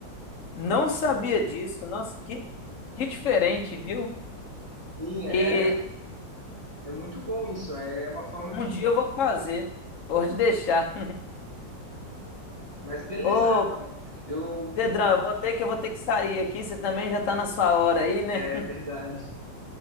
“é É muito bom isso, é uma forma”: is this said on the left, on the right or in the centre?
Right